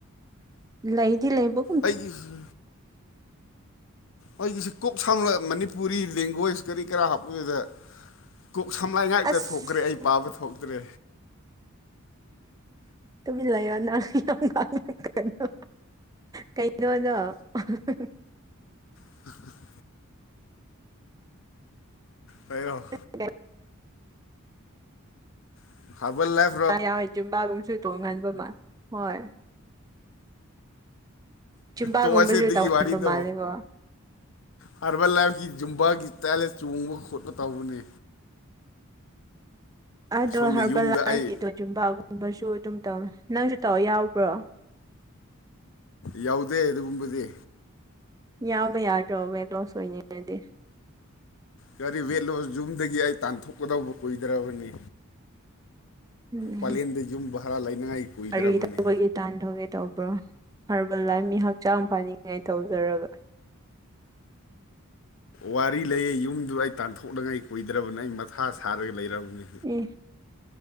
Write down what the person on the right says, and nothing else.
ꯂꯩꯗꯤ ꯂꯩꯕꯨ
<inaudible>
ꯑꯁ
ꯇꯃꯤꯟ ꯂꯩꯌꯣ ꯅꯪ ꯌꯥꯝ ꯉꯥꯡꯏꯗꯣ ꯀꯩꯅꯣ <unintelligible>
<unintelligible>
ꯑꯥ ꯌꯥꯎꯏ ꯖꯨꯝꯕꯥꯒꯨꯝꯁꯨ ꯆꯣꯡꯍꯟꯕ ꯑꯃ ꯍꯣꯏ ꯖꯨꯝꯕꯥꯒꯨꯝꯕꯁꯨ
ꯇꯧꯍꯟꯕ
ꯃꯥꯜꯂꯦꯀꯣ
<inaudible> ꯑꯗꯣ
ꯍꯔꯕꯜ
ꯂꯥꯏꯐꯀꯤꯗꯣ
ꯖꯨꯝꯕꯥꯒꯨꯝꯕꯁꯨ ꯑꯗꯨꯝ ꯇꯧꯋꯦ ꯅꯪꯁꯨ ꯇꯧ ꯌꯥꯎꯕ꯭ꯔꯣ
ꯌꯥꯎꯕ ꯌꯥꯗ꯭ꯔꯣꯕ ꯁꯦꯠ ꯂꯣꯁ ꯑꯣꯏꯅꯤꯡꯉꯗꯤ
ꯎꯝ
ꯀꯔꯤ ꯇꯧꯕꯒꯤ ꯇꯥꯟꯊꯣꯛꯒꯦ ꯇꯧꯕ꯭ꯔꯣ ꯍꯔꯕꯜ ꯂꯥꯏ ꯃꯤ ꯍꯛꯆꯥꯡ ꯐꯅꯤꯡꯉꯥꯏ ꯇꯧꯖꯔꯒ
ꯑꯦ